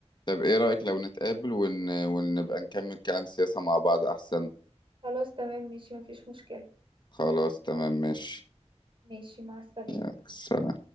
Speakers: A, on the left (about 40°); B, on the right (about 50°).
A: طب ايه رأيك لو نتقابل ون... ونبقى نكمل كلام سياسة مع بعض احسن
B: خلاص تمام ماشي مفيش مشكلة
A: خلاص تمام ماشي
B: ماشي مع السلامة
A: يلا، سلام